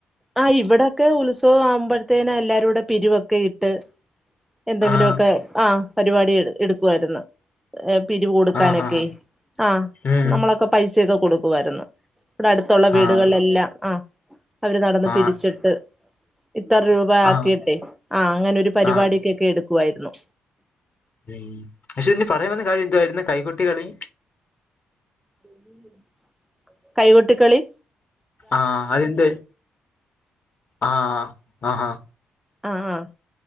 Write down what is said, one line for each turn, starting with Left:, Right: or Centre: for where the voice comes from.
Centre: ആഹ് ഇവിടെക്കെ ഉത്സവം ആവുമ്പോഴത്തേന എല്ലാരും കൂടെ പിരിവൊക്കെ ഇട്ട് എന്തെങ്കിലുമൊക്കെ
Left: ആഹ്
Centre: ആഹ് പരിപാടി എടുക്കുവായിരുന്നു പിരിവ് കൊടുക്കാനൊക്കെ
Left: ആഹ്
Centre: ആഹ്
Left: ഉം
Centre: നമ്മളൊക്കെ പൈസ ചെയ്ത കൊടുക്കുവായിരുന്നു ഇവിടെ അടുത്തുള്ള വീടുകളിലെല്ലാം
Left: ആഹ്
Centre: ആഹ് അവര് നടന്ന്
Left: ആഹ്
Centre: പിരിച്ചിട്ട് ഇത്ര രൂപ പാ ആക്കിട്ടെ
Left: ആഹ്
Centre: ആഹ് അങ്ങനെ ഒരു പരിപാടിക്കൊക്കെ
Left: ആഹ്
Centre: എടുക്കുവായിരുന്നു
Left: ഉം പ ക്ഷെ ക്ഷ് ഇനി പറയാൻ വന്ന കാര്യം എന്തുവായിരുന്ന കൈകുട്ടികളി
Centre: <inaudible> കൈകൊട്ടി കളി
Left: ആഹ് അതിന്ത് ആഹ് ആഹ്
Centre: ആഹ് ആഹ്